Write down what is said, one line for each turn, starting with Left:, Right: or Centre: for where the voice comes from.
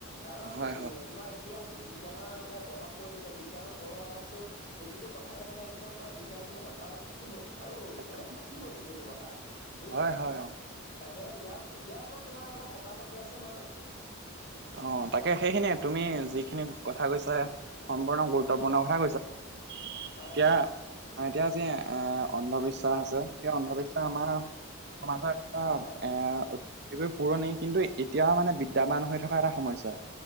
Left: কাৰণ
Right: অ হয় হয়
Left: তোমাৰ এতিয়া আজি বিজ্ঞানৰ মানে প্ৰভাৱ পৰিছে বিজ্ঞানৰ প্ৰভাৱততো প্ৰতিটো কথাৰে মানে একদম পুৰা বিজ্ঞান সন্মতক কাৰণ থাকিবই আৰু
Right: তাকে
Left: মানে থাকিবই সেইটো কথা বুজিছা।
Right: হয় হয় অ
Left: তাকে ইয়াৰ ইয়াৰ ওপৰত তোমাৰ অলপ মতামত দিয়াচোন বাৰু
Right: অ তাকে সেইখিনিয়ে তুমি যিখিনি কথা কৈছা সম্পূৰ্ণ গুৰুত্বপূৰ্ণ
Left: হয় হয়
Right: কথা কৈছে,
Left: হয়
Right: এতিয়া
Left: হয়
Right: অ এতিয়া যি এ অন্ধবিশ্বাস আছে সেই অন্ধবিশ্বাস এ আমাৰ সমাজত এটা
Left: হয়
Right: এ অতিকৈ পুৰণি কিন্তু এতিয়াও মানে বিদ্যাবান হৈ থকা এটা সমস্যা